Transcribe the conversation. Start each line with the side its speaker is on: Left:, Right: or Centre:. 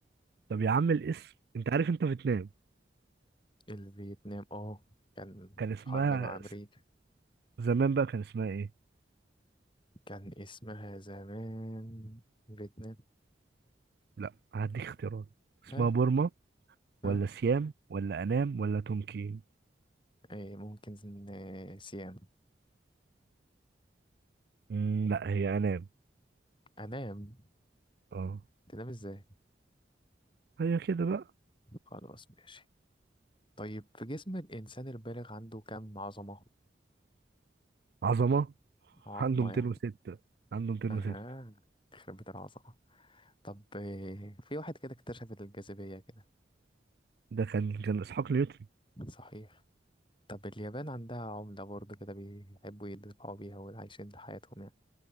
Right: طب يا عم الاسم انت عارف انت فيتنام
Left: الفيتنام اه كان
Right: كان اسمها
Left: في حرب مع أمريكا
Right: س- زمان بقى كان اسمها ايه
Left: كان اسمها زمان فيتنام
Right: لا هديك اختيارات اسمها
Left: ها
Right: بورما
Left: ها
Right: ولا سيام ولا أنام ولا تونكين
Left: ايه ممكن ن- سيام
Right: مم، لا هي أنام
Left: أنام
Right: اه
Left: تنام ازاي
Right: هي كده بقى
Left: خلاص ماشي طيب في جسم الإنسان البالغ عنده كم عظمة
Right: عظمة
Left: عظمة
Right: عنده 206
Left: يعني
Right: عنده 206
Left: آه يخرب بيت العظمة طب آه، في واحد كده اكتشف الجاذبية كده
Right: ده كان كان إسحاق نيوتن
Left: صحيح طب اليابان عندها عملة برضه كده بيحبوا يدفعوا بيها وعايشين حياتهم يعني